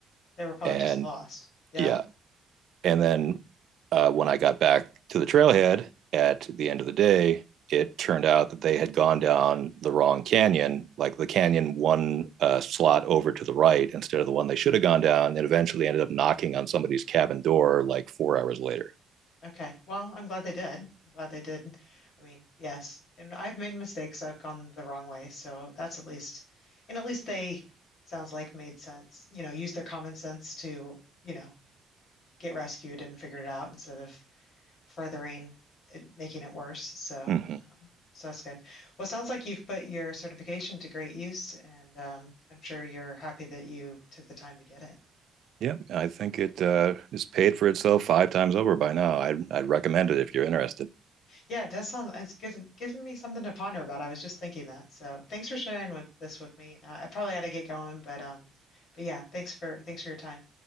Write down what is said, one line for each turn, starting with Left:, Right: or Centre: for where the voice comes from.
Left: They were probably
Right: And
Left: just lost. Yeah.
Right: yeah, and then uh, when I got back to the trailhead at the end of the day, it turned out that they had gone down the wrong canyon, like the canyon one uh, slot over to the right instead of the one they should have gone down, and eventually ended up knocking on somebody's cabin door like four hours later.
Left: Okay. Well, I'm glad they did. I'm glad they did. I mean, yes. And I've made mistakes. I've gone the wrong way. So that's at least, and at least they sounds like made sense, you know, use their common sense to, you know, get rescued and figure it out instead of furthering it, making it worse. So,
Right: Mm-hmm.
Left: um, so that's good. Well, it sounds like you've put your certification to great use, and um, I'm sure you're happy that you took the time to get it.
Right: Yep, I think it uh, is paid for itself five times over by now. I'd, I'd recommend it if you're interested.
Left: Yeah, it does sound, it's given, given me something to ponder about. I was just thinking that. So thanks for sharing with this with me. Uh, I probably had to get going, but um, but yeah, thanks for thanks for your time.